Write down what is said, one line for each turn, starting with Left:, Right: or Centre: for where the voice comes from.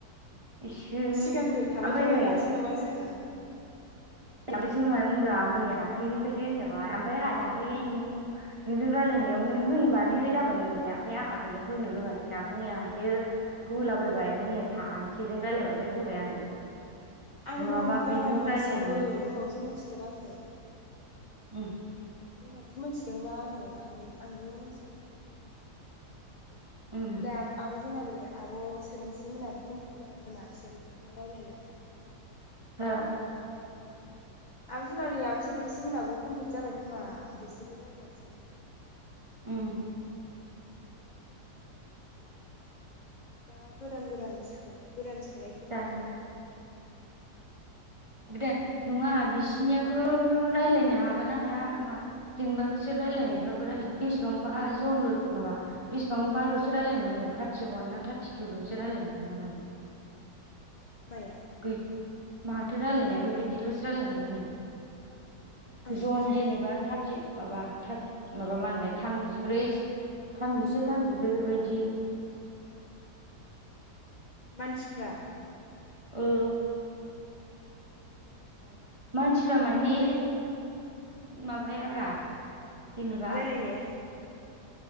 Right: इसोर
Left: सिगांनि्फ्राय थाबाय
Right: ओमफ्राय
Left: थाबाय दासो नामा जोंहा
Right: थालांबाय जोंहा ओं ब्रा मैया दाखलैनिफ्रायसो
Left: उम
Right: होनजाबाय ओमफफ्राय आंहा दाख्लै नों नोंजों
Left: उम
Right: रायजलायनायाव नों होनब्लानो जाबाय मोनलाया ओमाय आंहा गैया होनो रोङा हास <unintelligible> मैयाहायसो होलाबायबाय मैया सानसेजों राय्लायबासो होबाय आङो
Left: आंबो
Right: नङाबा
Left: बारा
Right: बेजों
Left: मोनथियामोन
Right: रायलायनायावनो
Left: उनावसो मोनथिदों आङो
Right: उम
Left: उनावसो मिथिदोंबा आङों आं-आंबो मिथियामोन
Right: उम
Left: दा आब जुनालि आब' सोदोमस्रि मोनाबो कमप्लिट जाबाय खोमा बिसोरबो रायलायला
Right: हा
Left: <unintelligible> आब जुनालि आब सोदोमस्रि मोनहाबो कमप्लिट जाबाय खोमा बिसोरबो रायजलायासै ननो
Right: उम
Left: दा गोदान गोदान सोनाय गोदान सोनायफोरल'सो
Right: जारला
Left: स
Right: गोदान नङा
Left: रायलायग्रा
Right: बिसिनियाबो
Left: लोगोआनो गैला आब'
Right: राय्लायनो हागोन ना हाया मा जेनेबा बिसोर रायलायनायफ्राबो बेसेबांबा जनल' माबा बेसेबांबाल'सो रायलायनो मोनो थार्टि अवान ना थार्टिटु'सो रायलायनो मोनो नामानो
Left: <unintelligible> माया
Right: गै माथो रायजलायनाया बेबायदिल'सो रायलायनो मोनो
Left: आं
Right: नो
Left: मिथिया
Right: जन जेनेबा थारथि माबा थार माबा मा होनोलाय थामजिब्रै थामजिसे थामजिब्रै बेबायदि
Left: <unintelligible> मानसिफ्रा
Right: औ
Left: मिथियालां
Right: मानसिफ्रा माने
Left: माथो
Right: माबायाब्रा जेनेबा
Left: रायलायनायाव